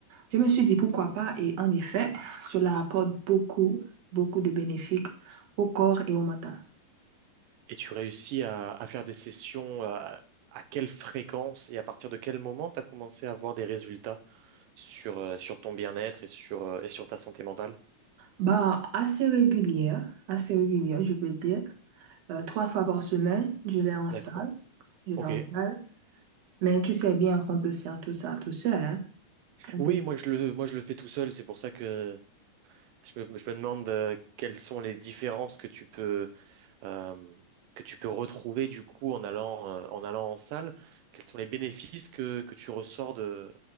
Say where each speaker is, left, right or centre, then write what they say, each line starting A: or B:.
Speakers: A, on the right; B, on the right.
A: je me suis dit pourquoi pas, et en effet, <laughs> cela apporte beaucoup, beaucoup de bénéfices au corps et au mental.
B: Et tu réussis à, à faire des sessions à, à quelle fréquence et à partir de quel moment tu as commencé à avoir des résultats? sur, euh, sur ton bien-être et sur, euh, et sur ta santé mentale.
A: Bah, assez régulière, assez régulière, je peux dire. Euh, trois fois par semaine, je vais en salle,
B: D'accord.
A: je vais
B: Ok.
A: en salle. Mais tu sais bien qu'on peut faire tout ça tout seul, hein. On
B: Oui,
A: peut-
B: moi je le, moi je le fais tout seul. C'est pour ça que je me, je me demande euh, quelles sont les différences que tu peux, euh, que tu peux retrouver du coup en allant, euh, en allant en salle. Quels sont les bénéfices que, que tu ressors de,